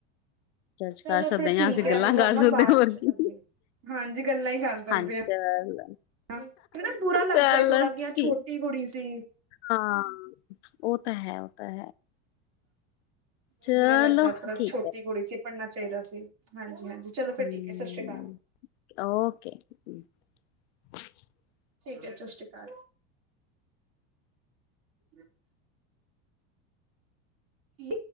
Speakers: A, on the left; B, on the right.
A: ਜੱਜ
B: ਚਲੋ
A: ਕਰ
B: ਫਿਰ
A: ਸਕਦੇ ਜਾਂ
B: ਠੀਕ
A: ਅਸੀਂ
B: ਹੈ,
A: ਗੱਲਾਂ
B: ਮੈਂ ਤੁਹਾਨੂੰ
A: ਕਰ
B: ਨਾ
A: ਸਕਦੇ
B: ਬਾਅਦ
A: ਹਾਂ, ਹੋਰ
B: ਚ
A: ਕੀ
B: ਕਰਦੀ ਹਾ। ਹਾਂਜੀ ਗੱਲਾਂ ਹੀ ਕਰ ਸਕਦੇ
A: ਹਾਂਜੀ
B: ਹਾਂ
A: ਚਲ
B: ਹ ਬੁਰਾ ਲੱਗਦਾ
A: ਚਲੋ
B: ਥੋੜਾ ਕਿ
A: ਠੀਕ
B: ਛੋਟੀ ਕੁੜੀ ਸੀ।
A: ਹਾਂ, ਉਹ ਤਾਂ ਹੈ-ਉਹ ਤਾਂ ਹੈ।
B: ਹ
A: ਚਲੋ
B: <inaudible> ਬੁਰਾ ਲੱਗਦਾ ਥੋੜਾ
A: ਠੀਕ
B: ਛੋਟੀ
A: ਹੈ
B: ਕੁੜੀ ਸੀ। ਪੜ੍ਹਨਾ ਚਾਹੀਦਾ ਸੀ। ਹਾਂਜੀ- ਹਾਂਜੀ ਚਲੋ ਫਿਰ
A: ਹਮ
B: ਠੀਕ ਹੈ ਸਤਿ ਸ੍ਰੀ ਅਕਾਲ।
A: ਓਕੇ <inaudible>
B: ਠੀਕ ਹੈ ਸਤਿ ਸ਼੍ਰੀ ਅਕਾਲ। ਹਮ <inaudible> ਕੀ